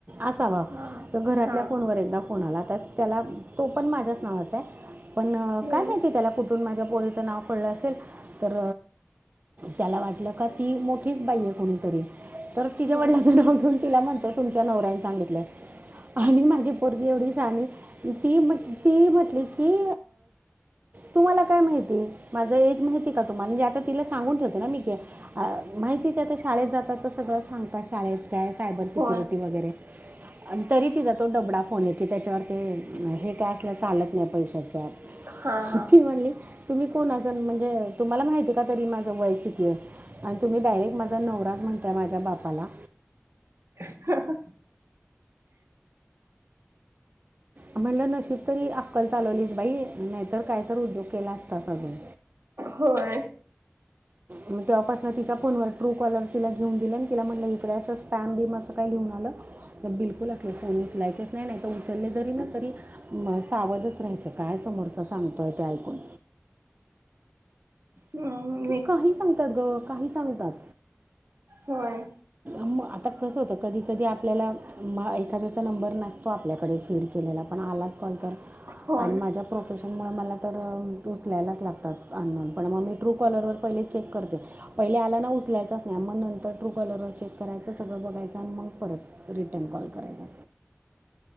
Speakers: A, on the right (about 40°); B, on the right (about 70°).
A: असावं
B: हा
A: तर घरातल्या
B: हा
A: फोनवर एकदा फोन आला त्याच त्याला तो पण माझ्याच नावाचा आहे. पण
B: हम्म
A: काय माहीती त्याला कुठून माझ्या पोरीचं नाव कळलं असेल तर त्याला वाटलं का ती मोठीच बाई आहे कोणीतरी तर तिच्या
B: हम्म
A: वडिलाचं
B: हम्म
A: नाव घेऊन तिला म्हणतो तुमच्या नवऱ्यानी सांगितलं आणि माझे पोरगी एवढी शानी ती ती म्हटली की तुम्हाला काय माहिती माझं एज माहिती का तुम्हाला म्हणजे आता तिला सांगून ठेवते ना मी क अ माहितीच आता शाळेत जातात तर सगळं सांगतात शाळेत काय सायबर सिक्युरिटी
B: होय
A: वगैरे आणि तरी तिचा तो डबडा फोन आहे की त्याच्यावर ते हे का असलं चालत नाही पैशाच्या
B: हा हा
A: ती म्हणली तुम्ही कोणाजण म्हणजे तुम्हाला माहतीय का तरी माझं वय किती आहे आणि तुम्ही डायरेक्ट माझा नवराज म्हणताय माझ्या बापाला
B: ह
A: म्हणलं नशीब तरी अक्कल चालवलीस बाई नाहीतर काय तर उद्योग केला असताच अजून
B: होय
A: मग तेव्हापासून तिच्या फोनवर ट्रू कॉलर तिला घेऊन दिले आणि तिला म्हटलं इकडे असं स्पॅम बिम असं काही लिहून आलं तर बिलकुल असले फोन उचलायचेच नाही नाही तर उचलले जरी ना तरी म सावधच राहायचं काय समोरच सांगतोय ते ऐकून
B: ह
A: काही सांगतात ग काही सांगतात
B: होय
A: मग आता कसं होतं कधी कधी आपल्याला एखाद्याचा नंबर नसतो आपल्याकडे फीड केलेला पण आलाच कॉल तर
B: होय
A: आणि माझ्या प्रोफेशनमुळे मला तर उचलायलाच लागतात आणून पण मग मी ट्रू कॉलरवर पहिले चेक करते पहिले आला ना उचलायचा नाही मग नंतर ट्रू कॉलर चेक करायचं सगळं बघायचं आणि मग परत रिटर्न कॉल करायचा